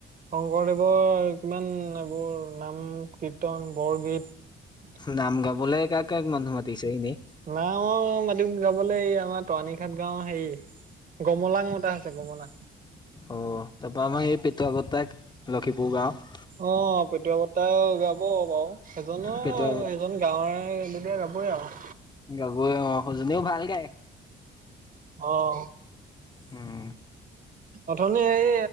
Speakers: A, on the right; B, on the left.
A: শংকৰদেৱৰ কিমান এইবোৰ নাম, কীৰ্তন, বৰগীত।
B: নাম গাবলে কাক কাক মানুহ মাতিছে এনেই?
A: নাম গাবলৈ এই আমাৰ তৰাণীঘাট গাও হেৰি গমলাং মতা আছে গমলাং।
B: অঁ তাৰপৰা আমাৰ এই পেটুৱাত্তাক লখিপুৰ গাঁও।
A: অ' পেটু বতাহ গাব বাৰু সেইজনো
B: পেটুৱা
A: সেইজন গাঁৱে এ যাবই আৰু।
B: গগৈয়ে অ সুজনিও ভাল গায়।
A: অ'।
B: উম।
A: অথনি এই